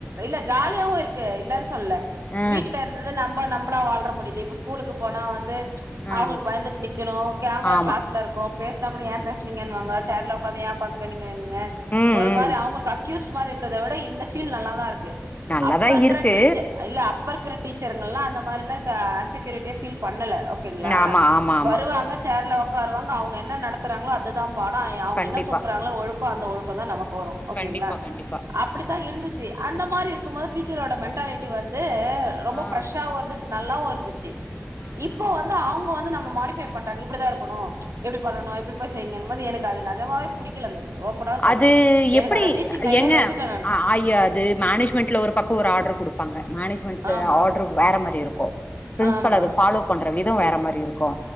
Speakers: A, on the right (about 85°); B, on the left (about 35°).
A: இல்ல ஜாலியாவு இருக்கு இல்லன் சொல்ல
B: ஆ
A: வீட்ல இருந்தது நம்போ நம் நம்பலா வாழ்ற முடிது இப்போ ஸ்கூலுக்கு போனா வந்து
B: ஆ
A: அவுங்களுக்கு பயந்துட் நிக்கணு கேமரா
B: ஆமா
A: கிளாஸ்ல இருக்கோ பேசினா அப்டி
B: ம்
A: எப் நிங்கன்வாங்க சேர்ல உக்காதா யா ஒக்காந்துக்குனுங்க இங்க
B: ம்
A: ஒரு
B: ம்
A: மாறி அவுங்களுக்கு அக்யூஸ்ட் இது மாரி இருக்கறத விட இந்த பீல் நல்லா தா இருக்கு
B: நல்லாதா
A: அப்ப இருக்குற
B: இருக்கு
A: டீச்சர் இல்ல அப் அப்போ இருக்கிற டீச்சர் எல்லா அந்த மாரில்லா அன்செக்யூரிட்டியா ஃபீல் பண்ணல ஓகேங்களா
B: ஆமா ஆமா ஆமா
A: வருவாங்க சேர்ல உடக்காருவாங்க அவுங்க என்ன நடத்துறாங்களோ அதுதா பாடோ ஆயி அவுங்க
B: கண்டிப்பா
A: என்ன குடுக்குறாங்களோ ஒழுக்கோ அந்த ஒழுக்கோதா நமக்கு வரோ ஓகேங்ளா
B: கண்டிப்பா கண்டிப்பா
A: அப்டித்தா இருந்துச் சி அந்த மாரி இருக்கு போது டீச்சரோட மென்டாலிட்டி வந்து அ ரொம்ப
B: ஆ
A: பிரஷ்சாவு இருதுச் நல்லாவு இருந்துச்சி
B: ஆ
A: இப்போ
B: ஆ
A: வந்து அவுங்க வந் நம்மள மாடிஃபை பண்றாங்க இப்டிதா இருக்கணு எப்டி பண்ணனு எப்டி போய் செய்யிங்க அந்தமாதி எனக்கு அது நெஜமாவே புடிக்கலங்க அது ஓப்பனாவே சொல்றே
B: அது
A: எனக்கு
B: எப்டி
A: அந்த டீச்சிங் லைனே
B: எங்க
A: வெறுத்துட்டே நானு
B: ஆ ஆய்ய அது மேனேஜ்மெண்டல ஒரு பக்கோ ஒரு ஆர்டர் குடு பாங்க மேனேஜ்மெண்டு
A: ஆமா
B: ஆர்டர் வேறமாரி இருக்கோ பிரின்சிபல்
A: ஆமா
B: அது பாலோ பண் றவு விதோ வேற மாறி இருக்கோ